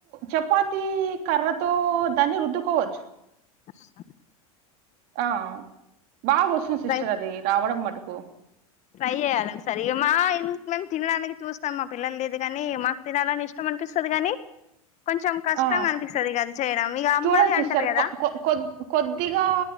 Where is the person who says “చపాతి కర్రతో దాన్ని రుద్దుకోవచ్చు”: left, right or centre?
Right